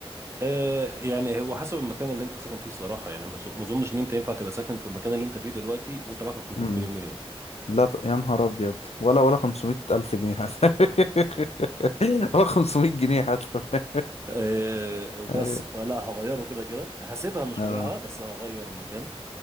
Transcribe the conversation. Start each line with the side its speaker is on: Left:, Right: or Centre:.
Right: آه، يعني هو حسب المكان اللي انت ساكن فيه الصراحه يعني ما اظنش ان انت ينفع تبقى ساكن في المكان اللي انت فيه دلوقتي وانت معاك 500
Left: امم
Right: مليون جنيه
Left: لا ط- يا نهار أبيض ولا ولا 500 ألف جنيه حتى <laughs> ولا 500 جنيه حتى <laughs>
Right: آه، بس
Left: أيوة.
Right: فلا هغيره كده كده هسيبها مش
Left: اه
Right: هبيعها بس هغير المكان